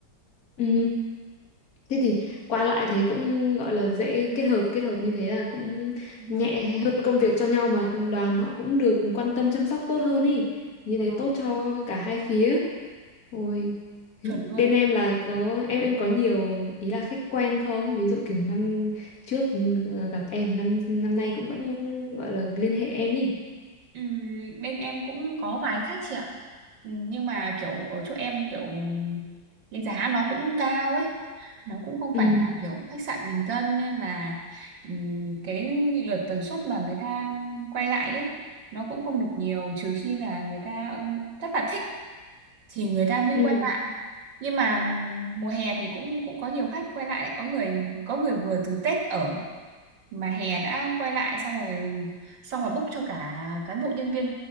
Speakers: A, on the left; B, on the right.
A: Ừ. thế thì qua lại thế cũng gọi là dễ kết hợp kết hợp như thế là cũng
B: Vâng,
A: nhẹ hơn công việc cho nhau mà đoàn họ cũng được quan tâm chăm sóc tốt hơn ý như
B: vâng,
A: thế tốt cho cả hai phía Ôi <laughs>
B: chuẩn luôn.
A: bên em là có em em có nhiều ý là khách quen không ví dụ kiểu năm trước ừ, gặp em năm năm nay cũng vẫn gọi là liên hệ em ý
B: Ừm, bên em cũng có vài khách chị ạ. Ừm, Nhưng mà kiểu ở chỗ em kiểu cái giá nó cũng cao ấy. Nó cũng không
A: ừ
B: phải là kiểu khách sạn bình dân nên là ừm, cái lượt tần suất mà người ta quay lại ấy nó cũng không được nhiều trừ khi là người ta ừm, rất là thích thì người ta mới
A: ừ
B: quay lại. Nhưng mà mùa hè thì cũng cũng có nhiều khách quay lại đấy, có người có người vừa từ Tết ở mà hè đã quay lại xong rồi xong rồi book cho cả cán bộ nhân viên